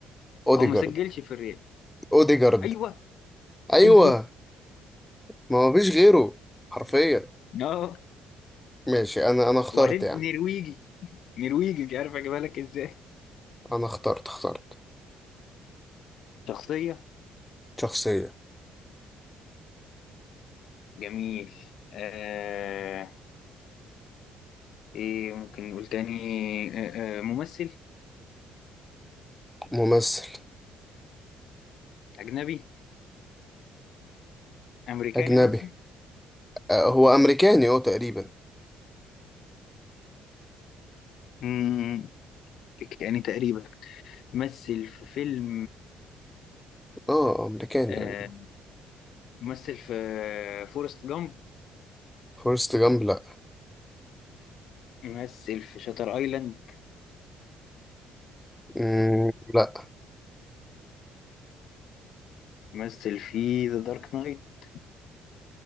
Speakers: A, in the centre; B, on the left.
A: اوديجارد
B: هو ما سجلش في الريال
A: اوديجارد
B: أيوه
A: ايوه
B: أيوه
A: ما هو فيش غيره حرفيا
B: اه
A: ماشي انا انا اخترت
B: وبعدين
A: يا عم
B: نرويجي <laughs> نرويجي مش عارف أجيبها لك إزاي
A: انا اخترت اخترت
B: شخصية
A: شخصية
B: جميل آه إيه ممكن نقول تاني آه آه ممثل
A: ممثل
B: أجنبي أمريكاني
A: اجنبي
B: قصدي
A: أه هو امريكاني هو تقريبا
B: مم، أمريكاني تقريبا مثل في فيلم
A: اه امريكاني
B: آه،
A: يعني
B: مثل في فورست جامب
A: فورست جامب لا
B: مثل في شاتر ايلاند
A: مم، لا
B: مثل في ذا دارك نايت